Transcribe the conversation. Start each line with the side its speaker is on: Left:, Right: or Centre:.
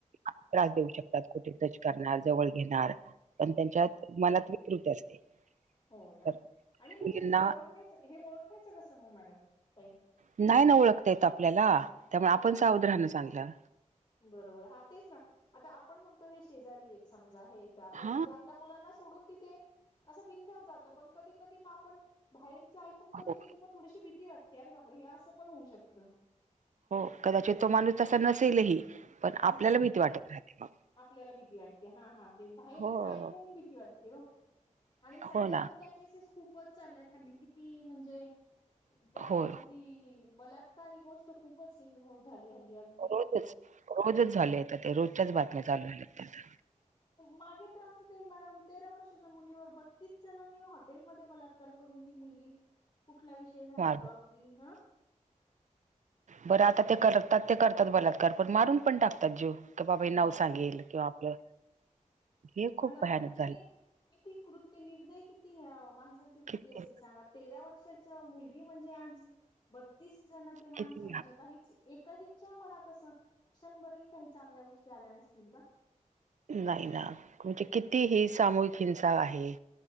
Right: त्रास देऊ शकतात कुठे टच करणार जवळ घेणार पण त्यांच्या मनात प्रीट असते.
Left: हो ना
Right: तर
Left: आणि म्हणजे
Right: मुलींना
Left: हे ओळखायचं हे ओळखायचं कसं मग मॅडम काही
Right: नाही ना ओळखता येत आपल्याला त्यामुळे आपण
Left: नाही
Right: सा उद राहणं चांगलं.
Left: बरोबर हा तेच ना आता आपण म्हणतो हे शेजारी आहेत समजा आहेत. आपण
Right: हा
Left: म्हणजे आपल्या मुलांना सोडून तिथे असं बिंधात जातो पण कधी कधी मग आपण बाहेरच ऐकून कधी
Right: हो
Left: कधी मग थोडीशी भीती वाटते अरे बाबरे हे असं पण होऊ शकतं.
Right: हो कदाचित तो माणूस असा नसेलही पण
Left: ह
Right: आपल्याला भीती वाटत राहते. मग
Left: आपल्याला भीती वाटते हा हा तेच बाहेरच
Right: हो
Left: ऐकून भीती वाटते हो आणि सध्या
Right: हो ना
Left: तर त्या केसेस खूपच चालल्यात हल्ली किती म्हणजे अदी
Right: हो
Left: बलात्कार ही गोष्ट खूपच हो झाली हल्ली अगदी
Right: रोजच रोजच झाले ते रोजच्याच बातम्या चालू झाल्यात त्याच्या
Left: मागे त्रास होते मॅडम तेरा वर्षाच्या मुलीवर बत्तीस जणांनीत. हॉटेल म बलात्कार करून ती मुलगी कुठला विषयी झाला
Right: त्या
Left: तो अगदी हा
Right: बरं आता ते करतात ते करतात बलात्कार पण मारून पण टाकतात जीव बाबा हे
Left: मारून
Right: नाव सांगेल किंवा आपलं हे खूप
Left: पण
Right: भयानक
Left: किती
Right: झालं
Left: किती कृत्य निर्दय किती ह्या माणसाची वृत्ती
Right: किती
Left: असेल सांगा तेरा वर्षाच मुलगी म्हणजे आज बत्तीस जण ते माणस
Right: किती
Left: म्हणजे काहीच एकाहीच्या मनात असं क्षणभरही काही चांगल्या गोष्टी आल्या नसतील का?
Right: नाही ना म्हणजे किती ही सामूहिक हिंसा आहे.